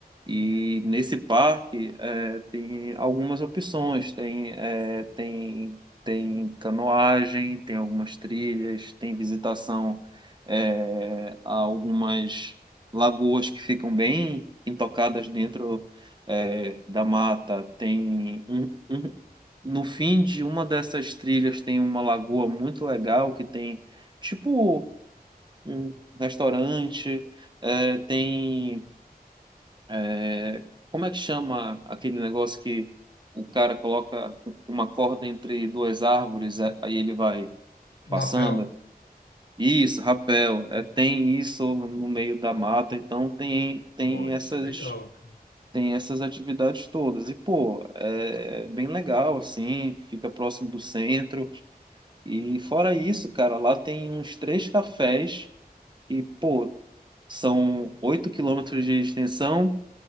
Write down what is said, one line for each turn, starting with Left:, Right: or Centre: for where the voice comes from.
Right: E nesse parque é, tem algumas opções, tem, é, tem, tem canoagem, tem algumas trilhas, tem visitação é, a algumas lagoas que ficam bem intocadas dentro é, da mata. Tem um, um- no fim de uma dessas trilhas tem uma lagoa muito legal que tem tipo um restaurante, é, tem é, como é que chama aquele negócio que o cara coloca uma corda entre duas árvores, é, aí ele vai passando?
Left: Rapel?
Right: Isso, rapel. É, tem isso no meio da mata, então tem, tem
Left: oh isso
Right: essas,
Left: é legal, cara.
Right: tem essas atividades todas. E, pô, é, é bem legal, assim, fica próximo do centro. E fora isso, cara, lá tem uns três cafés que, pô, são 8 quilômetros de extensão